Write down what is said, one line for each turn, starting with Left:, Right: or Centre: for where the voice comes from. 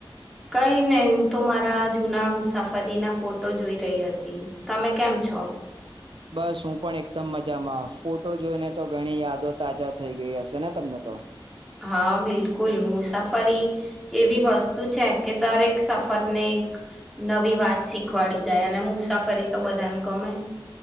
Centre: કઈ નહી હું તો મારા જુના મુસાફરીના ફોટો જોઈ રહી હતી તમે કેમ છો
Right: બસ હું પણ એકદમ મજામાં ફોટો જોઈને તો ઘણી યાદો તાજા થઈ ગઈ હશે ને તમને તો
Centre: હા બિલકુલ મુસાફરી એવી વસ્તુ છે કે દરેક સફરને એક નવી વાત શીખવાડી જાય અને મુસાફરી તો બધાને ગમે